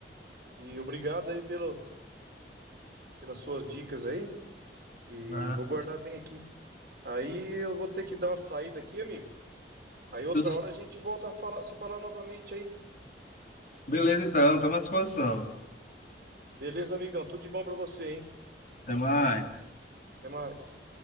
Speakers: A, on the right; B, on the left.
A: e obrigado aí pelo, pelas suas dicas aí. E
B: tá
A: vou guardar bem aqui. Aí eu vou ter que dar uma saída aqui, amigo. Aí outra
B: Tudo
A: hora a gente volta a falar, se falar novamente aí.
B: beleza, então, estamos à disposição.
A: Beleza, amigão? Tudo de bom pra você, hein?
B: Até mais.
A: Até mais.